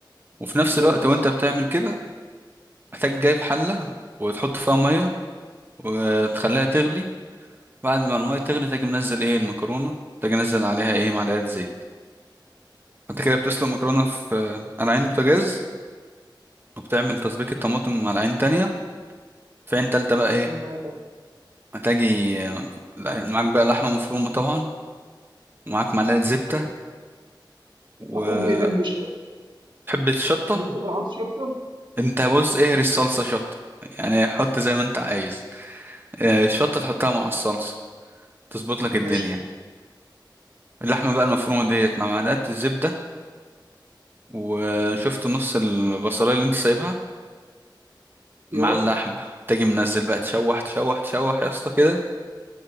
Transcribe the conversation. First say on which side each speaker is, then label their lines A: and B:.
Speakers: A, on the right; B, on the right.
A: وفي نفس
B: ودي
A: الوقت وانت بتعمل كده هتاجي جايب حلة وتحط فيها مية وتخليها تغلي بعد ما المية تغلي تاجي منزل ايه المكرونة تاجي انزل عليها ايه معلقة زيت انت كده بتسلق مكرونة في آه، على عين بوتاجاز وبتعمل تسبيكة طماطم على عين تانية في عين تالتة بقى ايه
B: تمام.
A: هتاجي آه، معاك بقى لحمة مفرومة طبعا ومعاك معلقة زبدة وبتحب
B: اخوك بيحب الشطة
A: الشطة
B: ممكن احط شطة
A: انت بص اهري الصلصة شطة يعني حط زي ما انت عايز آه، الشطة تحطها مع الصلصة تظبط لك الدنيا
B: قشطة
A: اللحمة بقى المفرومة ديت مع معلقة الزبدة وشفت نص البصلاية اللي انت سايبها مع
B: ايوه
A: اللحمة تجي منزل بقى تشوح تشوح تشوح يا اسطى كده